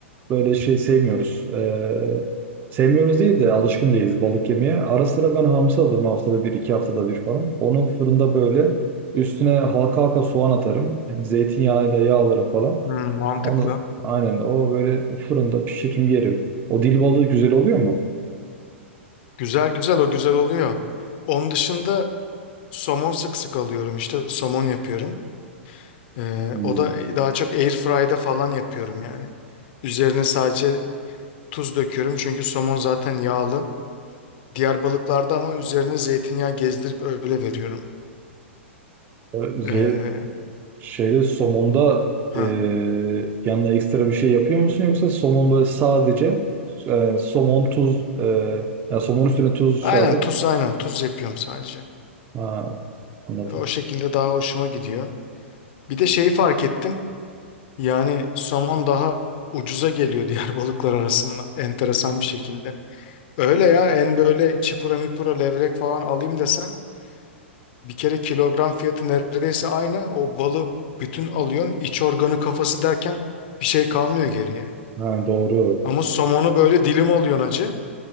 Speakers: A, on the right; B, on the left.
A: böyle şey sevmiyoruz. Ee, sevmiyoruz değil de alışkın değiliz balık yemeye. Ara sıra ben hamsi alırım haftada bir, iki haftada bir falan. Onu fırında böyle üstüne halka halka soğan atarım. Zeytinyağıyla yağlarım falan.
B: Hmm, mantıklı.
A: Onu aynen o böyle fırında pişirim yeri. O dil balığı güzel oluyor mu?
B: Güzel güzel o güzel oluyor. Onun dışında Somon sık sık alıyorum işte. Somon yapıyorum. Ee,
A: Hmm.
B: o da daha çok air fry'da falan yapıyorum yani. Üzerine sadece tuz döküyorum çünkü somon zaten yağlı. Diğer balıklarda ama üzerine zeytinyağı gezdirip öyle veriyorum.
A: Böyle Şey,
B: Ee,
A: şeyde somonda
B: ha.
A: e, yanına ekstra bir şey yapıyor musun yoksa somon böyle sadece e, somon tuz e, yani somon üstüne tuz
B: Aynen
A: şey yapıp
B: tuz aynen tuz yapıyorum sadece.
A: ha, anladım.
B: O şekilde daha hoşuma gidiyor. Bir de şeyi fark ettim. Yani somon daha ucuza geliyor diğer <laughs> balıklar arasında. Enteresan bir şekilde. Öyle ya en böyle çipura mipura levrek falan alayım desen Bir kere kilogram fiyatı neredeyse aynı. O balı bütün alıyorsun. iç organı kafası derken bir şey kalmıyor geriye.
A: Ha, doğru.
B: Ama somonu böyle dilim alıyorsun acı.